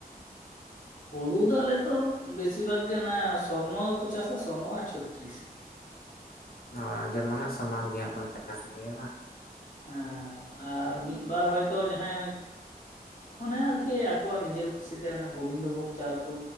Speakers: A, on the left; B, on the left.
A: ᱦᱩᱲᱩ ᱫᱚ ᱟᱞᱮᱫᱚ ᱵᱮᱥᱤᱨ ᱵᱷᱟᱜᱽ ᱜᱮ ᱚᱱᱟ ᱥᱚᱨᱱᱚ ᱜᱮᱠᱚ ᱪᱟᱥᱟ ᱥᱚᱨᱱᱚ ᱟᱨ ᱪᱷᱚᱛᱛᱨᱤᱥ
B: ᱦᱳᱭ ᱡᱮ ᱢᱚᱱᱮ ᱥᱚᱢᱟᱱ ᱜᱮ ᱦᱟᱸᱜ ᱵᱚᱱ ᱪᱟᱥ ᱜᱮᱭᱟ ᱵᱟᱝ
A: ᱦᱩᱸ ᱟᱨ ᱢᱤᱫ ᱵᱟᱨ ᱦᱚᱭᱛᱳ ᱡᱟᱦᱟᱸᱭ ᱦᱚᱭ
B: <inaudible>
A: ᱚᱱᱮ ᱟᱨᱠᱤ ᱟᱠᱚᱣᱟᱜ ᱱᱤᱡᱮᱨ ᱠᱷᱩᱥᱤᱛᱮ ᱚᱱᱮ ᱜᱳᱵᱤᱱᱫᱚ ᱵᱷᱳᱜᱽ ᱪᱟᱞ ᱠᱚ